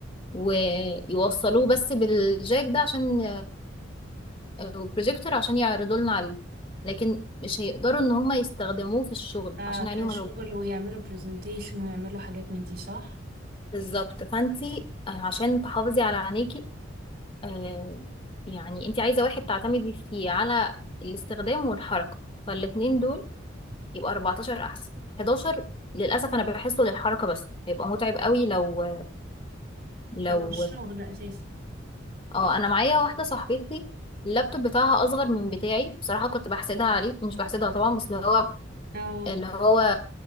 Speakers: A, on the left; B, on the right.
A: ويوصلوه بس بالجاك ده عشان البروجيكتور عشان يعرضوا لنا عليه لكن مش هيقدروا ان هم يستخدموه في الشغل
B: ك-
A: عشان عينيهم
B: كشغل
A: الوجه
B: ويعملوا برزنتيشن ويعملوا حاجات من دي صح
A: بالظبط فانت عشان تحافظي على عينيكي آه، يعني انت عايزة واحد تعتمدي فيه على الاستخدام والحركة فالاتنين دول يبقى 14 احسن 11 للأسف أنا بحسه للحركة بس هيبقى متعب قوي لو لو
B: لو مش شغل اساسي
A: اه أنا معايا واحدة صاحبتي اللابتوب بتاعها أصغر من بتاعي بصراحة كنت بحسدها عليه مش بحسدها طبعا بس اللي هو
B: اه
A: اللي هو